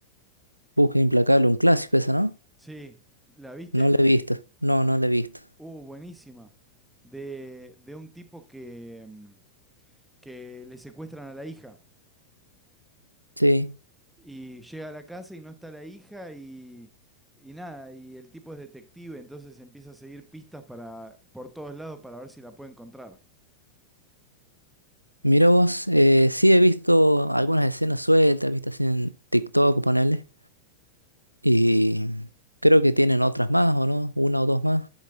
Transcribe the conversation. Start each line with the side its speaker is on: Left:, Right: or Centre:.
Right: Busca Implacable, un clásico esa, ¿no?
Centre: Sí, ¿la viste?
Right: No la he visto. No, no la he visto.
Centre: Uh, buenísima. De, de un tipo que, em, que le secuestran a la hija.
Right: Sí.
Centre: Y llega a la casa y no está la hija y, y nada, y el tipo es detective, entonces empieza a seguir pistas para, por todos lados para ver si la puede encontrar.
Right: Mira vos, eh, sí he visto algunas escenas sueltas, vistas así en TikTok, ponele, y creo que tienen otras más, ¿o no? Una o dos más.